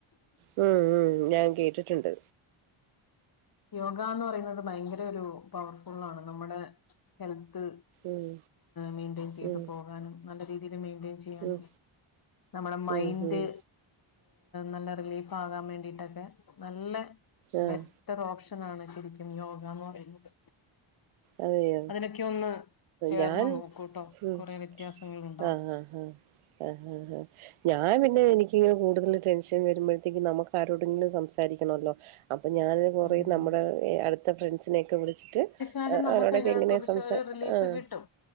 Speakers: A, on the right; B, on the left.
A: മം മം ഞാൻ കേട്ടിട്ടുണ്ട്
B: യോഗ എന്ന് പറയുന്നത് ഭയങ്കര ഒരു പവർഫുള്ളാണ് നമ്മുടെ ഹെൽത്ത്
A: ഉം
B: മെയിറ്റയെൻ ചെയ്ത്
A: ഉം
B: പോകാനും നല്ല രീതിയിൽ മെയിറ്റിയൻ ചെ യ്യാനും
A: ഉം
B: നമ്മടെ മൈന്ഡ്
A: ഉം ഉം
B: നല്ല റിലീഫ് ആകാൻ വേണ്ടിട്ടൊക്കെ നല്ല
A: ആഹ്
B: ബറ്റർ ഓപ്ഷൻ ആണ് ശരിക്കും യോഗ എന്ന് പറയുന്നത്.
A: അതെയോ
B: അതിനൊക്കെ ഒന്ന് ചേർന്ന്
A: ഞാൻ
B: നോക്കൂട്ടോ
A: ഉം
B: കുറെ വ്യത്യാസങ്ങള് ഉണ്ടാവും.
A: ആഹ് ആഹ് ആഹ് ആഹ് ഞാൻ പിന്നെ എനിക്കിങ്ങനെ കൂടുതൽ ടെൻഷൻ വരുമ്പോഴത്തേക്കും നമക്ക് ആരോടെങ്കിലും സംസാരിക്കണല്ലോ അപ്പോ ഞാൻ
B: ഉണ്ടാവും
A: ഏറേം നമ്മടെ അടുത്ത ഫ്രണ്ട്സിനെയൊക്കെ വിളിച്ചിട്ട്
B: എന്നാലും
A: ആ,
B: നമുക്ക്തിനെ
A: അവരോടൊക്കെ എങ്ങനെ
B: കുറച്ച്
A: സംസാ
B: ഒരു റിലീഫ്
A: ആഹ്
B: കിട്ടും